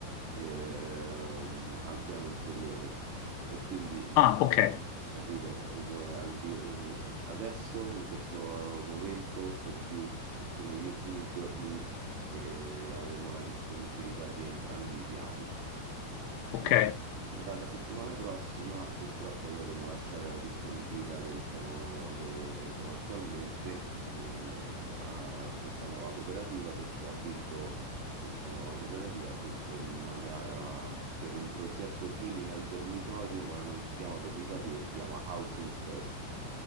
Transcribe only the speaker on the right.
ehm, al piano inferiore e quindi,
capito, eh, al di- eh, ad- adesso, in questo momento, per gli ul- sono gli ultimi giorni che avremo la disponibilità di entrambi i piani.
Mhmm, Dalla settimana prossima purtroppo dovremo lasciare la disponibilità del piano dove sono attualmente eh, a questa nuova cooperativa perché ha vinto questa nuova cooperativa ha vinto una gara per un progetto simile al dormitorio, ma non si chiama dormitorio, si chiama Housing First.